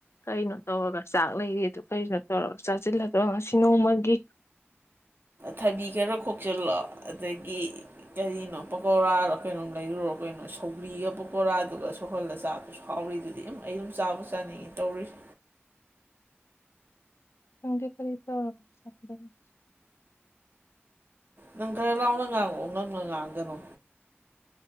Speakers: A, on the left; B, on the right.
A: ꯀꯩꯅꯣ ꯇꯧꯔꯒ ꯆꯥꯛ ꯂꯩꯔꯤ ꯑꯗꯨ ꯀꯅꯣ ꯇꯧꯔꯒ ꯆꯥꯁꯤꯜꯂꯗꯣ ꯉꯁꯤ ꯅꯣꯡꯃꯒꯤ
B: ꯊꯥꯕꯤ ꯈꯔ ꯈꯣꯛꯆꯤꯜꯂꯣ ꯑꯗꯥꯒꯤ ꯀꯔꯤꯅꯣ ꯄꯥꯎꯀꯧꯔꯥꯔꯣ ꯀꯩꯅꯣꯝ ꯂꯩꯔꯨꯔꯣ ꯀꯩꯅꯣ ꯁꯧꯒ꯭ꯔꯤꯒ ꯄꯥꯎꯀꯧꯔꯥꯗꯨꯒ ꯁꯧꯍꯜꯂ ꯆꯥꯕ ꯍꯥꯎꯔꯤꯗꯨꯗꯤ ꯎꯝ ꯑꯩ ꯑꯗꯨꯝ ꯆꯥꯕꯨ ꯆꯥꯅꯤꯡꯉꯤ ꯇꯧꯔꯤꯁꯤ
A: ꯈꯪꯗꯦ ꯀꯔꯤ ꯇꯧ <unintelligible>
B: ꯅꯪ ꯈꯔꯥ ꯂꯥꯎꯅ ꯉꯥꯡꯉꯛꯑꯣ ꯉꯥꯛꯅ ꯉꯥꯡꯒꯅꯨ